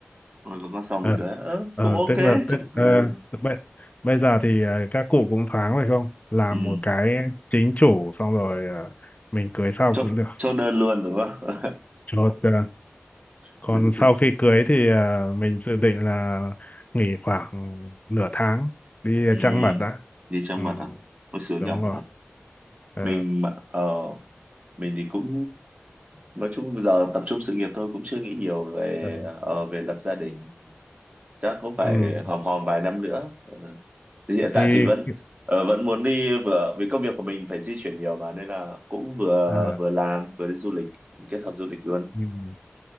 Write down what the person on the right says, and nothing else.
Rồi còn con sòng
mình cười ớ
cũng ok
chả,
ừ.
Ừ.
Cho,
cho đơn luôn đúng không
<laughs>
ừ.
đi cho mật
à hồi sướng
nhở
mình mà ờ mình thì cũng nói chung bây giờ tập trung sự nghiệp thôi cũng chưa nghĩ nhiều về
ờ, về lập gia đình chắc cũng phải
hòm hòm vài năm nữa Ờ, thì hiện
tại thì vẫn ờ, vẫn muốn đi vừa vì công việc của mình phải di chuyển nhiều mà nên là cũng vừa
vừa làm vừa đi du lịch kết hợp du lịch luôn